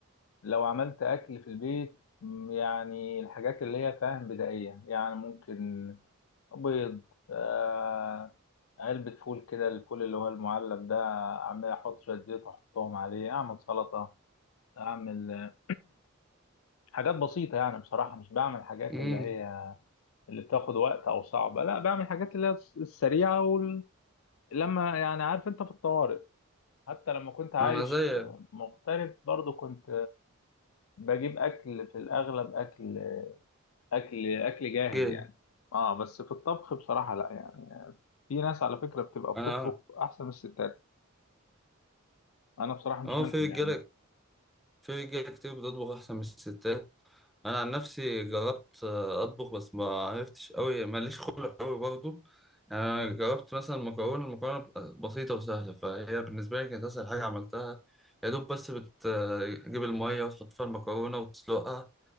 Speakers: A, on the left; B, in the centre.
A: لو عملت أكل في البيت م، يعني الحاجات اللي هي فاهم بدائية يعني ممكن بيض آه علبة فول كده الفول اللي هو المعلب ده أعمل أحط شوية زيت وأحطهم عليه أعمل سلطة أعمل آه، <clears throat> حاجات بسيطة يعني بصراحة مش بعمل حاجات
B: أمم.
A: اللي هي اللي بتاخد وقت أو صعبة لا بعمل حاجات اللي هي الس- السريعة وال... لما يعني عارف أنت في الطوارئ حتى لما كنت عايش
B: أنا زيك
A: مغترب برضو كنت بجيب أكل في الأغلب أكل اكل اكل جاهز
B: جه
A: يعني اه بس في الطبخ بصراحه لا يعني في ناس على فكره بتبقى بتطبخ
B: أنا
A: احسن من الستات انا بصراحه مش
B: اه
A: منهم
B: في رجاله
A: يعني
B: في رجاله كتير بتطبخ احسن من الستات انا عن نفسي جربت آه، اطبخ بس ما عرفتش قوي ماليش خلق قوي برضو يعني انا جربت مثلا مكرونه المكرونه بتبقى بسيطه وسهله فهي بالنسبه لي كانت اسهل حاجه عملتها يا دوب بس بتجيب الميه وتحط فيها المكرونه وتسلقها